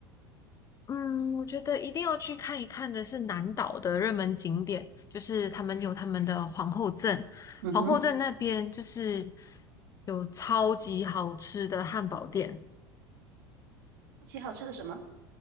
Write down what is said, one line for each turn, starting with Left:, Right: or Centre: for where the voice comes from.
Left: 嗯，我觉得一定要去看一看的是南岛的热门景点，就是他们有他们的皇后镇，
Right: 嗯哼，
Left: 皇后镇那边就是有超级好吃的汉堡店，
Right: 好奇好吃的什么？